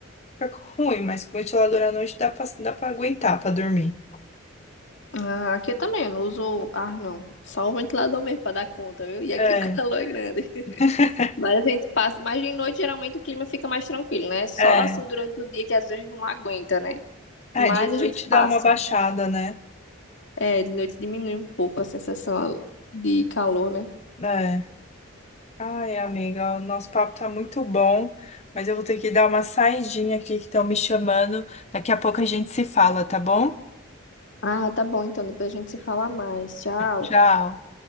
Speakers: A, on the left (about 30°); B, on the left (about 60°).
A: fica <laughs> ruim, mas com o ventilador à noite dá pra, dá pra aguentar pra dormir.
B: Ah, aqui eu também, eu não uso ar, não. Só o ventilador mesmo pra dar conta, viu? E aqui
A: É,
B: o <laughs> calor é grande.
A: <laughs>
B: Mas a gente passa. Mas de noite, geralmente, o clima fica mais tranquilo, né? Só
A: é.
B: assim durante o dia que às vezes a gente não aguenta, né?
A: É,
B: Mas
A: de
B: a
A: noite
B: gente
A: dá
B: passa.
A: uma baixada, né?
B: É, de noite diminui um pouco a sensação de calor, né?
A: É. Ai, amiga, o nosso papo tá muito bom, mas eu vou ter que dar uma saidinha aqui que estão me chamando. Daqui a pouco a gente se fala, tá bom?
B: Ah, tá bom, então depois a gente se fala mais. Tchau.
A: Tchau.